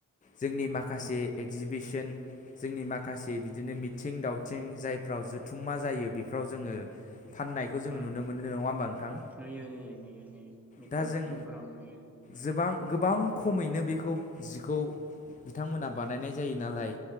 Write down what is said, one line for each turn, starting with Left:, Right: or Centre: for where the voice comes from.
Left: जोंनि माखासे
Centre: उम
Left: एगजिबिसन जोंनि माखासे बिदिनो मिथिं दावथिं जायफ्राव जुथुमा जायो बेफ्राव जोङो फाननायखौ जोंङो
Centre: उम
Left: नुनो मोनो नङा होमबा नोंथां
Centre: नुयो नुयो नुयो नुयो मिथिं
Left: दा जों
Centre: दावथिंफोराव नुयो
Left: गोबां गोबां खमैनो बे बेखौ जिखौ बिथांमोना बानायनाय जायो नालाय